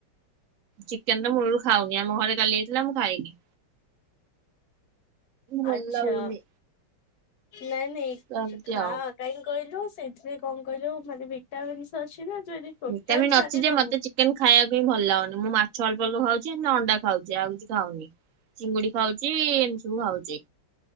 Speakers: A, on the right (about 85°); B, on the left (about 65°).
A: ଚିକେନ ତ ମୂଳରୁ ଖାଉନି ଆମ ଘରେ କାଲି ହେଇଥିଲା ମୁଁ ଖାଇନି। ଭଲ
B: ଆଚ୍ଛା
A: ଲାଗୁନି
B: ନାଇଁ ନାଇଁ
A: ତ ଏମିତି
B: ଖା
A: ଆଉ।
B: କାଇଁ କଇଲୁ? ସେଥିରେ କଣ କହିଲୁ ମାନେ ଭିଟାମିନସ୍ ଅଛି ନା ତୁ ଯଦି ଟୋଟାଲ
A: ଭିଟାମିନ୍
B: ଛାଡିଦବୁ
A: ଅଛି ଯେ ମତେ ଚିକେନ ଖାଇବାକୁ ହିଁ ଭଲ ଲାଗୁନି ମୁଁ ମାଛ ଫଲ୍ ଫଲ୍ ଖାଉଚି ଏମିତି ଅଣ୍ଡା ଖାଉଚି ଆଉ କିଛି ଖାଉନି ଚିଙ୍ଗୁଡି ଖାଉଚୁ ଏମତି ସବୁ ଖାଉଚି